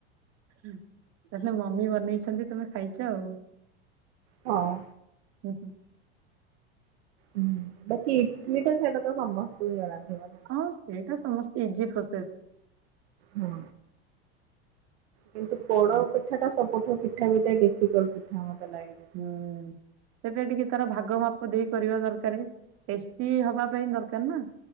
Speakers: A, on the right; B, on the right.
A: ହୁଁ ତାହେଲେ ମମି ବନେଇଛନ୍ତି ତମେ ଖାଇଛ ଆଉ।
B: ହଁ।
A: ହୁଁ ହୁଁ।
B: ହୁଁ, ବାକି ଇଟିଲି ଟା ସେଇଟା ତ ସମସ୍ତଙ୍କୁ ଜଣାଥିଵ।
A: ହଁ ସେଇଟା ସମସ୍ତେ ଇଜି ପ୍ରୋସେସ।
B: ହଁ। କିନ୍ତୁ, ପୋଡ ପିଠାଟା ସବୁଠୁ ପିଠା ଭିତରେ ଡିଫିକଲଟ ପିଠା ମତେ ଲାଗେ। ଯେତିକି।
A: ହୁଁ। ସେଟା ଟିକେ ତାର ଭାଗ ମାପ ଦେଇ କରିବା ଦରକାର। ଟେସ୍ଟି ହବା ପାଇଁ ଦରକାର ନା?